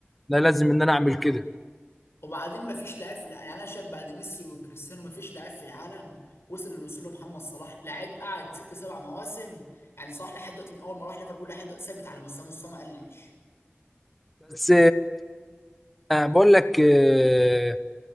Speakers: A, in the centre; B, on the left.
A: انا لازم ان انا اعمل كده
B: وبعدين ما فيش لاعب في الع- يعني انا شايف بعد ميسي وكريستيانو ما فيش لاعب في العالم وصل اللي وصل له محمد صلاح لاعب قعد ست سبع مواسم يعني صلاح لحد دلوقتي من اول ما راح ليفربول لحد دلوقتي ثابت على مستوى مستوى ما قلش
A: بس آه، بقول لك آه،